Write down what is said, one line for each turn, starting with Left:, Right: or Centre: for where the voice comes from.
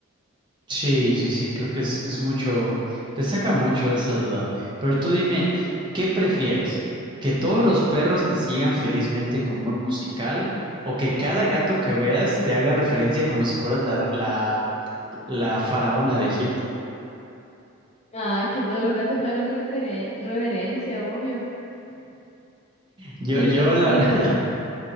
Right: Sí, sí, sí, creo que es, es mucho, te saca mucho de esa duda. Pero tú dime, ¿qué prefieres? ¿Que todos los perros te sigan felizmente como un musical o que cada gato que veas te haga referencia como si fueras la, la, la faraona de Egipto?
Left: Ah, que todos los gatos me hagan referen- reverencia, obvio.
Right: Yo,
Left: Y
Right: yo
Left: lo,
Right: la...
Left: y lo,
Right: <laughs>